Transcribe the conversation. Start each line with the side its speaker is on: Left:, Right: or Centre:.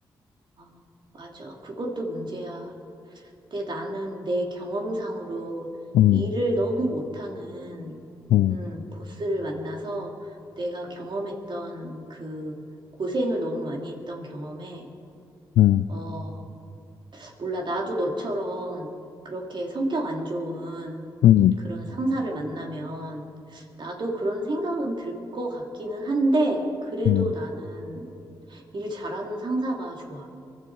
Right: 아, 맞아. 그것도 문제야. 근데 나는 내 경험상으로
Left: 음.
Right: 일을 너무 못하는
Left: 음,
Right: 음, 보스를 만나서 내가 경험했던 그 고생을 너무 많이 했던 경험에,
Left: 음,
Right: 어, 몰라, 나도 너처럼 그렇게 성격 안 좋은
Left: 음,
Right: 그런 상사를 만나면 나도 그런 생각은 들 것 같기는 한데, 그래도
Left: 음.
Right: 나는 일 잘하는 상사가 좋아.